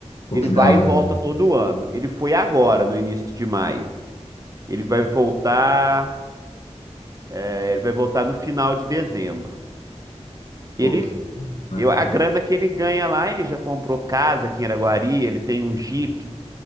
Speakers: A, on the left; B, on the right.
A: pô,
B: Ele
A: que
B: vai
A: da hora.
B: e volta todo ano. Ele foi agora, no início de maio. Ele vai voltar, é, ele vai voltar no final de dezembro. Ele,
A: Pô, que da
B: eu-
A: hora.
B: a grana que ele ganha lá, ele já comprou casa aqui em Araguari, ele tem um Jeep,